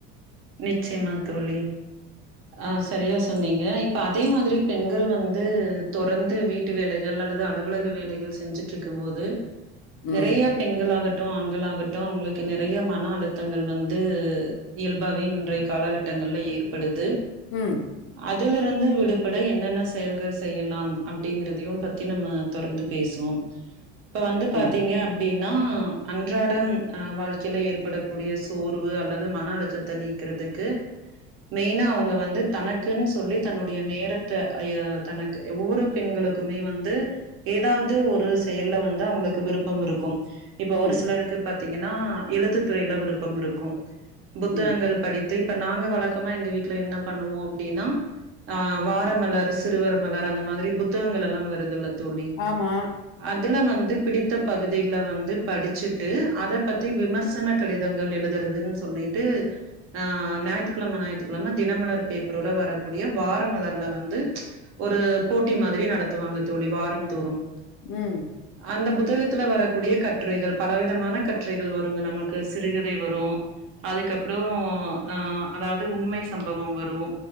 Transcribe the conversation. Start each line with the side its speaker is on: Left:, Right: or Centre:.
Right: நிச்சயமா தோழி ஆ சரியா சொன்னீங்க இப்ப அதே மாதிரி பெண்கள் வந்து தொறந்து வீட் ட்டு வேலைகள் அல்லது அலுவலக வேலைகள் செஞ்சுட்டு இருக்கும் போது
Left: ம்
Right: நெறைய பெண்களாகட்டு ஆண்களாகட்டு அவங்களுக்கு நெறைய மன அழுத்தங்கள் வந்து இயல்பாவே இன்றைய காலகட்டங்கள்ல ஏற்படுது
Left: ம்
Right: அதுலருந்து விடுபட என்னென்ன செயல்கள் செய்யலாம் அப்டிங்கறதையு பத்தி நம்ம தொடர்ந்து பேசுவோம் இப்ப வந்து பாத்தீங்க
Left: ம்
Right: அப்டின்னா அன்றாடம் அ வாழ்க்கையில ஏற்படக்கூடிய சோர்வு அல்லது மன அழுத்தத்த நீக்குறது க்கு மெயினா அவுங்க வந்து தனக்குன்னு சொல்லி தன்னுடைய நேரத்த அ ய தனக்கு ஒவ்வொரு பெண்களுக்குமே வந்து ஏதாவது ஒரு செயல்ல வந்து அவுங்களுக்கு விருப்பம் இருக்கும். இப்ப
Left: ம்
Right: ஒரு சிலருக்கு பாத்தீங்கன்னா எழுத்து துறையில விருப்பம் இருக்கும் புத்தகங்கள்
Left: ம்
Right: படி தை இப்ப நாங்க வழக்கமா எங்க வீட்ல என்ன பண்ணுவோ அப்டின்னா ஆ வாரமலர் சிறுவர் மலர் அந்த மாதிரி புத்தகங்கலெல்லா வருதுல்ல தோழி
Left: ஆமா
Right: அதுல வந்து பிடித்த பகுதிகளை வந்து படிச்சுட்டு அத பத்தி விமர்சன கடிதங்கள் எழுதரதுன்னு சொல்லிட்டு அ ஞாயித்துக்கிழம ஞாயித்துக்கிழம தினமலர் பேப்பரோட வரக்கூடிய வாரமலர்ல வந்து ஒரு போட்டி மாதிரி நடத்துவாங்க தோழி வாரம் தோறும்
Left: ம்
Right: அந்த புத்தகத்துல வரக்கூடிய கட்டுரைகள் பலவிதமான கட்டுரைகள் வருங்க நமக்கு சிறுகதை வரு அதுக்கப்புறோ அ அதாவது உண்மை சம்பவம் வரும்